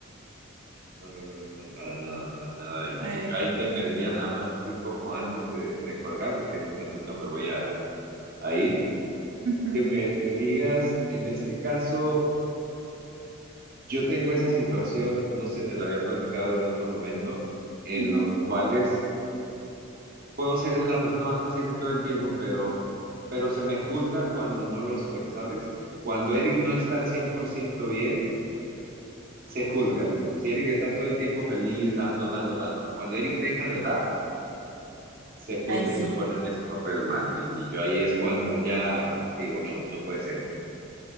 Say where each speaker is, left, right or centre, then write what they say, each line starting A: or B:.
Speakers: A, on the right; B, on the right.
A: No, no, no, no, no, para nada, para nada. Y,
B: Eh,
A: y yo ahí
B: no.
A: te pediría nada más así como antes de, de colgar, porque en un ratito me voy a, a ir,
B: Ujú,
A: que me, me digas, en este caso, yo tengo esa situación, no sé, te la había platicado en otro momento, en
B: ujú.
A: los cuales puedo ser la persona más paciente todo el tiempo, pero, pero se me juzga cuando no lo soy, ¿sabes? Cuando Eric no está al 100% bien, se juzga. Si Eric está todo el tiempo feliz, dando, dando, dando. Cuando Eric deja de dar, se juzga
B: Ahí sí.
A: y se pone en ese papel mal. Y, y yo ahí es cuando ya digo, no, no puede ser.